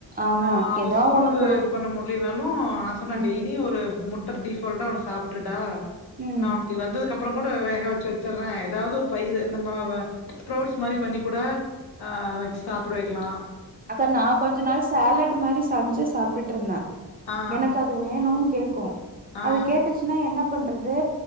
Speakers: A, on the right; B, on the left.
A: ஆமா
B: ஆ அவுங்க
A: ஏதோ
B: ஸ்கூலுக்கு
A: ஒண்ணு குடு
B: இது பண்ண முட்லினாலூ நா சொன்னே
A: ம்
B: டெய்லி ஒரு முட் பர் டிஃபால்டா ஒன்னு சாப்ட்ர்டா
A: ம்
B: நா அப்டி வந்ததுக்கப் ப்றோ கூட வேக வச்சச் ச்சர்றே ஏதாவ்து ஒரு பயிறு நம்ம ஸ்ப்ரவுட்ஸ் மாரி பண்ணி கூட ஆ வச்சு சாப்ட வெக்லா
A: அக்கா நா கொஞ்ச நாள் சேலட் மாரி சஞ்சு சாப்டுட்ருந்த
B: ஆ
A: எனக்கு அது வேணூன் கேக்கூ
B: ஆ
A: அது கேட்டுச்சுன்னா என்னப் பண்றது